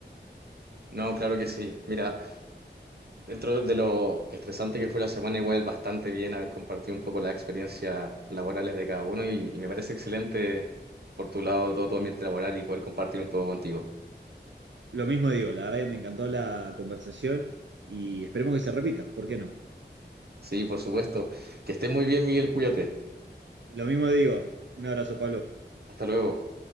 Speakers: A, on the right (about 60°); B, on the right (about 80°).
A: No, claro que sí. Mira, Dentro de lo estresante que fue la semana, igual bastante bien haber compartido un poco las experiencias laborales de cada uno y, y me parece excelente por tu lado todo tu ambiente laboral y poder compartir un poco contigo.
B: Lo mismo digo, la verdad que me encantó la conversación y esperemos que se repita, ¿por qué no?
A: Sí, por supuesto. Que estés muy bien, Miguel, cuídate.
B: Lo mismo digo, un abrazo, Pablo.
A: Hasta luego.